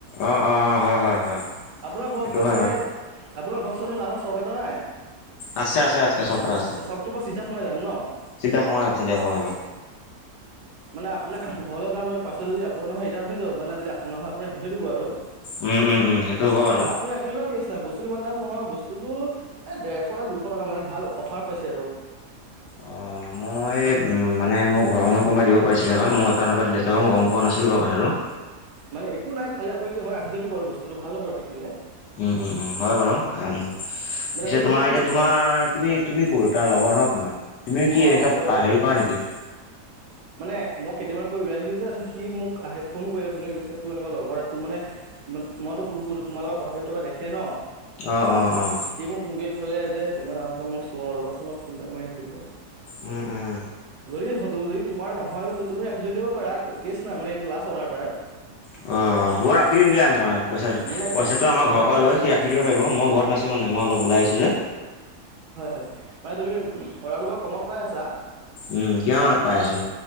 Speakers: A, on the left (about 85°); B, on the right (about 80°).
A: অঁ অঁ অঁ হয় হয় হয়
B: আপোনাৰ ঘৰ
A: সেইটো
B: আপোনাৰ
A: হয় বাৰু
B: এই আপোনাৰ ঘৰ উচৰ ৰাস্তাটোত ডাঙৰ চখ এটা নাই,
A: আছে আছে আছে চকৰা আছে
B: চকটোৰ পৰা চিধা সোমাই যাম ন।
A: চিধা সোমাই আহিবা, চিধা সোমাই আহিবা
B: মানে আপোন ঘৰলৈ যাম মানে পাৰ্চেল যদি আপোনাৰ নহয় ৰিটাৰ্ণ হৈ যাব মানে যদি আপোনাৰ হয় আপুনি ৰাখি থৈ দিব আৰু
A: উম উম উম সেইটো হ'ব বাৰু।
B: মানে আপুনি ৰাখি থলেও কেছ নাই বস্তু ইমান দাম নহয় বস্তুতো এ ডেৰশ না দুশ টকা মানে ভাল অফাৰ পাইছে আৰু <inaudible>
A: অঁ মই মানে মোৰ ঘৰৰ মানুহক কোনোবা দিব পাৰিছিলে মোৰ একাউণ্টৰ পৰা দিলে। চাগে মই গম পোৱা নাছিলোঁ বাৰু কথাটো।
B: মানে একো নাই খালি আপুনি যদি হয় ৰাখি থৈ দিব আৰু বস্তুটো ভাল হব ৰাখি থলে।
A: উম, উম, উম, হয় বাৰু ভাল পিছে
B: মানে আপুনি তেতিয়া
A: তোমাৰ
B: কি
A: এতিয়া তোমাৰ
B: ঘৰ
A: তুমি তুমি কোন তাৰ লগৰ ন তোমাৰ। তুমি
B: মই
A: কি এনেকা
B: লগৰে লগৰে
A: হেৰি কৰা নেকি।
B: <inaudible> মানে মই কেইদিনান কৰি ওলাই দিলোঁ যে। সি মোক আহে ফোন কৰিলে ফোন কৰি কৈছে তোৰ এনেকুৱা লগৰ এটা তোৰ মানে ম মইতো তোমালোকত কথা পাতি থকা দেখে ন।
A: অঁ অঁ অঁ
B: ই মোক ফোন কৰি কলে যে তেনে নাম এটা মই চুৱ ৰ পাছত মই ফোন এটা মাৰি সুধো
A: উম উম।
B: যদি <unintelligible> যদি তোমাৰ নহয়ও তুমি ৰাখি থৈ দিব পাৰা। কেছ নাই, মানে এইটো লাষ্ট অৰ্ডাৰ তাৰ।
A: অ'। অঁ হ'ব ৰাখি দিম দিয়া
B: মানে
A: মই, পইচা
B: মানে
A: পইচাটো
B: কম
A: আমাৰ
B: কমতে
A: ঘৰৰ পৰা
B: পাই
A: লৈ
B: আছা
A: সি ৰাখি দিব পাৰিব মই ঘৰত নাচো মানে, মই অলপ ওলাই আহিছোঁ যে।
B: হয়-হয় মানে তুমি অৰ্ডাৰটো বৰ কমত পাই আছা।
A: উ, কিমান মানত পাই আছো।